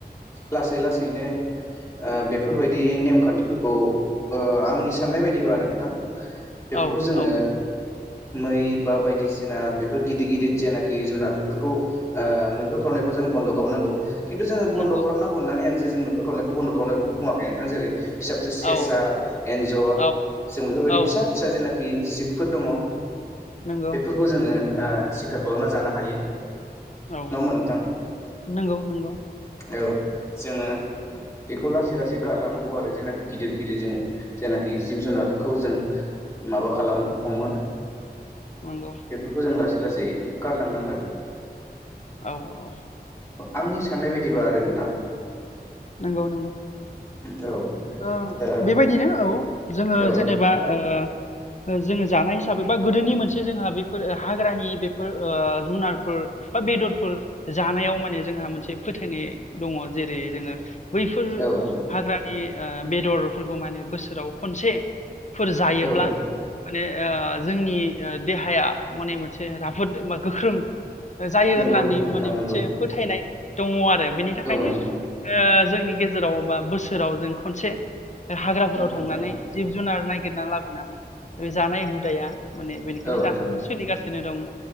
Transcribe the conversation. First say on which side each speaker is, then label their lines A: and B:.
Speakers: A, on the left; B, on the left.
A: लासै लासैनो ओ बेफोरबायदि नेमखान्थिफोरखौ ओ आंनि साननाय बायदिबा आरो नोंथां। बेफोरखौ
B: औ
A: जोङो
B: औ
A: मै बा बायदिसिना बेफोर गिदिर गिदिर जेनाखि जुनार बेफोरखौ ओ मैहुर खावनायखौ जों बन्द' खालामनांगौ खिन्थु जोङो बन्द
B: नंगौ
A: खालामनांगौ होननानै आं जे जों मैहुर खालामनायखौ बन्द' खालामनाय बेखौ बुङाखै नोंथां जेरै फिसा फिसा सेसा
B: औ
A: एन्जर
B: औ
A: जों बेफोरबायदि
B: औ
A: फिसा फिसा जेनाखि जिबफोर दङ
B: नंगौ
A: बेफोरखौ जोङो ओ सिखार खालामना जानो हायो।
B: औ
A: नङा होमबा नोंथां?
B: नंगौ नंगौ
A: औ जोङो बेखौ लासै लासै गारलांनांगौ आरो जेनाखि गिदिर गिदिर जोङो जेनाखि जिब जुनारखौ जों माबा खालामो हमो
B: नंगौ
A: बेफोरखौ जों लासै लासै गारलांनांगोन।
B: औ औ।
A: आंनि साननाय बायदिबा आरो नोंथां।
B: नंगौ नंगौ।
A: औ
B: ओ
A: दा
B: बेबायदिनो औ जोङो
A: औ
B: जेनेबा
A: नोंथां
B: ओ ओ जोङो जानाय हिसाबै बा गोदोनि मोनसे जोंहा बेफोर हाग्रानि बेफोर ओ जुनारफोर बा बेदरफोर जानायाव माने जोंहा मोनसे फोथायनाय दङ जेरै जोङो बैफोर
A: औ नोंथां
B: हाग्रानि ओ बेदरफोरखौ माने बोसोराव खनसे फोर जायोब्ला
A: औ नोंथां
B: माने ओ जोंनि ओ देहाया मने मोनसे राफोद बा गोख्रों जायो
A: नंगौ
B: होननानै
A: नोंथां
B: माने
A: नंगौ
B: मोनसे फोथायनाय दङ आरो बेनि थाखायनो
A: औ नोंथां
B: ओ जोंनि गेजेराव बा बोसोराव जों खनसे हाग्राफोराव
A: नंगौ
B: थांनानै
A: नोंथां
B: जिब जुनार नाय गिरना लाबोनानै बे जानाय हुदाया माने बेनिखायनो
A: औ नोंथां
B: दासिमबो सोलिगासिनो दं।